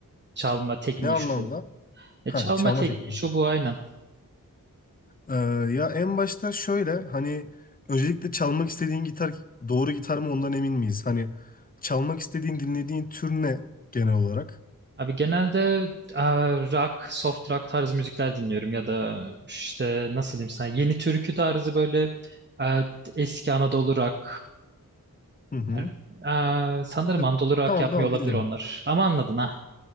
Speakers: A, on the right (about 30°); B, on the left (about 25°).
A: Çalma tekniği
B: Ne anlamda?
A: şu bu. E,
B: Ha,
A: çalma
B: çalma
A: tekniği
B: tekniği.
A: şu bu aynen.
B: Ee, ya en başta şöyle hani öncelikle çalmak istediğin gitar doğru gitar mı ondan emin miyiz? Hani çalmak istediğin dinlediğin tür ne genel olarak?
A: Abi genelde e, rock, soft rock tarzı müzikler dinliyorum ya da işte nasıl diyeyim sana yeni türkü tarzı böyle e, eski Anadolu rock.
B: Hı hı.
A: Yani, e, sanırım
B: Ya,
A: Anadolu rock
B: tamam
A: yapmıyor
B: tamam
A: olabilir
B: bildim.
A: onlar. Ama anladın ha.